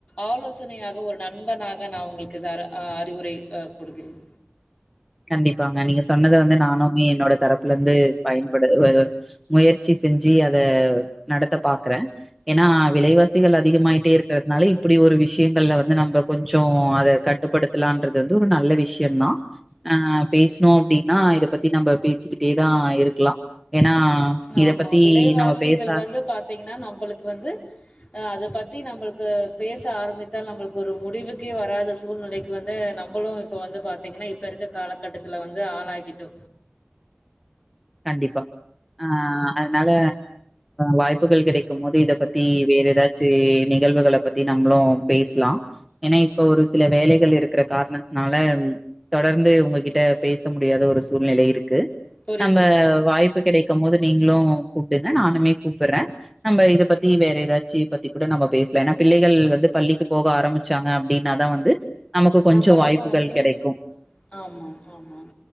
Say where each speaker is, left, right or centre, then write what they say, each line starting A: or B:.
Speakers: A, on the left; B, in the centre.
A: ஆலோசனையாக ஒரு நண்பனாக நா உங்களுக்கு இது அற அ அறிவுரை அ குடுக்கிறேன்
B: கண்டிப்பாங்க நீங்க சொன்னத வந்து நானுமே என்னோட தரப்புல இருந்து பயன்படு உ முயற்சி செஞ்சு அத நடத்த பாக்கற ஏன்னா விலைவாசிகள் அதிகமாயிட்டே இருக்கறதுனால இப்புடி ஒரு விஷயங்கள்ல வந்து நம்ம கொஞ்சோ அத கட்டுப்படுத் த்தாலான்றது வந்து ஒரு நல்ல விஷ்யந்தா ஆ பேசுனோ அப்டின்னா இத பத்தி நம்ப பேசிக்கிட்டேதா இருக்லா ஏன்னா
A: ஆம்மா
B: இத பத்தி
A: விலைவாசிகள்
B: நம்ம பேச
A: வந்து பாத்தீங்கன்னா நம்பலுக்கு வந்து அ அத பத்தி நம்மளுக்கு பேச ஆரம்பித்தால் நம்மளுக்கு ஒரு முடிவுக்கே வராது சூழ்நிலைக்கு வந்து நம்பலு இப்ப வந்து பாத்தீங்கன்னா இப்ப இருக்க காலகட்டத்துல வந்து ஆளாகிட்டு
B: கண்டிப்பா ஆ அதனால வாய்ப்புகள் கிடைக்கும் போது இத பத்தி வேற ஏதாச்சு நிகழ்வுகள பத்தி நம்ளு பேசலா ஏன்னா இப்ப ஒரு சில வேலைகள் இருக்கற காரணத்தனால தொடர்ந்து உங்ககிட்ட பேச முடியாத ஒரு சூழ்நிலை இருக்கு
A: புரிகிறது
B: நம்ம
A: புரிகிறது
B: வாய்ப்பு கிடைக்கும் போது நீங்ளு கூப்டுங்க நானுமே கூப்பட்றே நம்ம இத பத்தி வேற ஏதாச்சு பத்தி கூட நம்ப பேசலா ஏன்னா பிள்ளைகள் வந்து பள்ளிக்கு போக ஆரம்பிச் ச்சாங்க அப்டின்னாதா வந்து நமக்கு கொஞ்சோ
A: நம்பளுக்கு
B: வாய்ப்புகள்
A: வந்து
B: கெடைக்கு
A: ஆமாம் ஆமாம்